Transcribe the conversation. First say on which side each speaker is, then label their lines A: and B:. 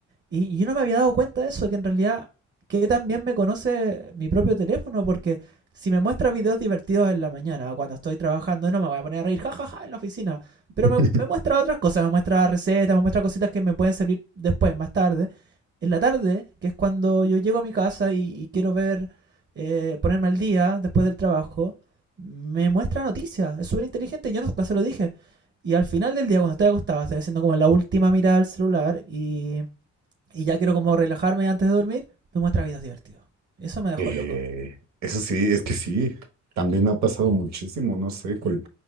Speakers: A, on the right; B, on the right.
A: Y, y yo no me había dado cuenta de eso, que en realidad que también me conoce mi propio teléfono, porque si me muestra videos divertidos en la mañana, o cuando estoy trabajando, no me voy a poner a reír, jajaja, ja, ja", en la oficina.
B: <laughs>
A: Pero me, me muestra otras cosas, me muestra recetas, me muestra cositas que me pueden servir después, más tarde. En la tarde, que es cuando yo llego a mi casa y, y quiero ver, eh, ponerme al día después del trabajo, me muestra noticias, es súper inteligente. Yo no, no se lo dije, y al final del día, cuando estoy acostado, estoy haciendo como la última mirada al celular y, y ya quiero como relajarme antes de dormir, me muestra videos divertidos. Eso me dejó
B: Eh,
A: loco.
B: eso sí, es que sí, también me ha pasado muchísimo, no sé, col-